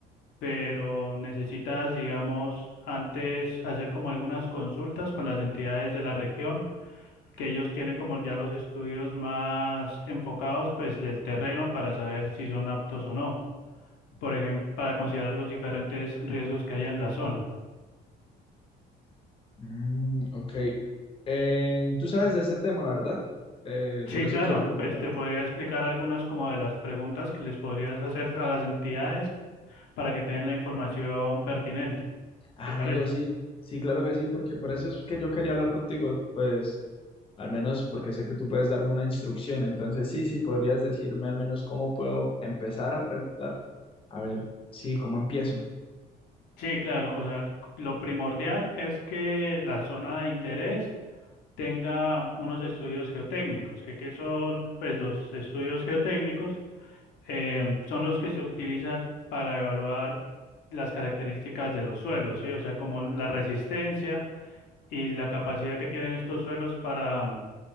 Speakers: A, on the left; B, on the left.
A: pero necesitas, digamos, antes hacer como algunas consultas con las entidades de la región que ellos tienen como ya los estudios más enfocados pues del terreno para saber si son aptos o no, por ejemplo, para considerar los diferentes riesgos que haya en la zona.
B: Mm, ok. Eh, tú sabes de ese tema, ¿verdad? Eh,
A: Sí,
B: por eso
A: claro,
B: quiero preguntarte.
A: pues te podría explicar algunas como de las preguntas que les podrías hacer a las entidades para que te den la información pertinente.
B: Ah,
A: ¿Te
B: amigo,
A: parece?
B: sí, sí, claro que sí, porque por eso es que yo quería hablar contigo, pues al menos porque sé que tú puedes darme una instrucción, entonces sí, sí, podrías decirme al menos cómo puedo empezar a preguntar, a ver, sí, cómo empiezo.
A: Sí, claro, o sea, lo primordial es que la zona de interés tenga unos estudios geotécnicos, que, que son pues los estudios geotécnicos eh, son los que se utilizan para evaluar las características de los suelos, ¿sí? O sea, como la resistencia y la capacidad que tienen estos suelos para, mm,